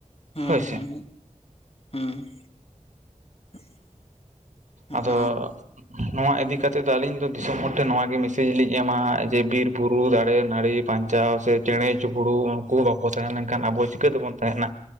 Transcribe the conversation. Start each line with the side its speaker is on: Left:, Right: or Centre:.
Left: ᱦᱩᱸ
Right: ᱦᱳᱭ
Left: ᱦᱩᱸ
Right: ᱥᱮ᱾
Left: ᱦᱩᱸ᱾ <inaudible>
Right: ᱟᱫᱚ
Left: ᱦᱮᱸ
Right: ᱱᱚᱣᱟ ᱤᱫᱤ ᱠᱟᱛᱮᱫ ᱫᱚ ᱟᱹᱞᱤᱧ ᱫᱚ ᱫᱤᱥᱚᱢ ᱦᱚᱲ ᱴᱷᱮᱱ ᱱᱚᱣᱟ ᱜᱮ ᱢᱮᱥᱮᱡᱽ ᱞᱤᱧ ᱮᱢᱟ ᱡᱮ ᱵᱤᱨ ᱵᱩᱨᱩ ᱫᱟᱨᱮ ᱱᱟᱹᱲᱤ ᱯᱟᱧᱪᱟᱣ ᱥᱮ ᱪᱮᱬᱮ ᱪᱤᱯᱲᱩ ᱩᱱᱠᱩ ᱦᱚᱸ ᱵᱟᱠᱚ ᱛᱟᱦᱮᱸ ᱞᱮᱱᱠᱷᱟᱱ ᱟᱵᱚ ᱪᱤᱠᱟᱹ ᱛᱮᱵᱚᱱ ᱛᱟᱦᱮᱸᱱᱟ?